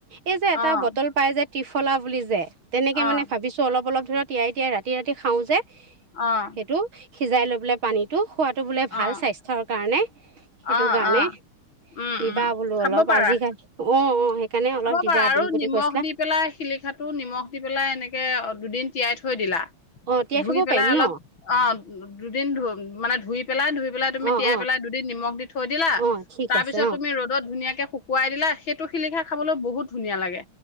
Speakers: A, on the right (about 65°); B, on the left (about 60°).
A: এই যে
B: অ',
A: এটা বটল পাই যে ত্ৰিফলা বুলি যে তেনেকে
B: অ',
A: মানে ভাবিছো অলপ অলপ ধৰা তিয়াই তিয়াই ৰাতি ৰাতি খাওঁ যে।
B: অ'
A: সেইটো সিজাই লৈ পেলাই পানীটো খোৱাতটো বোলে
B: অ',
A: ভাল স্বাস্থ্যৰ কাৰণে। সেইটো
B: অ',
A: কাৰণে
B: অ', উম,
A: নিবা
B: উম,
A: বোলো
B: খাব
A: অলপ
B: পাৰা
A: আজিকালি অ', সেইকাৰণে অলপ
B: খাব
A: দিবা
B: পাৰা আৰু
A: দিম বুলি
B: নিমখ
A: কৈছিলা
B: দি পেলাই শিলিখাটো নিমখ দি পেলাই এনেকে দুদিন তিয়াই থৈ দিলা।
A: অ তিয়াই
B: ধুই
A: থব
B: পেলাই
A: পাৰিম
B: অলপ
A: ন
B: অ দুদিন ধুই মানে ধুই। পেলা ধুই পেলাই তুমি
A: অ
B: তিয়াইেলাই
A: অ
B: দুদিন নিমখ দি থৈ দিলা।
A: অ ঠিক
B: তাৰপিছত
A: আছে অ
B: তুমি ৰ'দত ধুনীয়াকৈ। শুকুৱাই দিলা সেইটো শিলিখা খাবলৈ বহুত ধুনীয়া লাগে।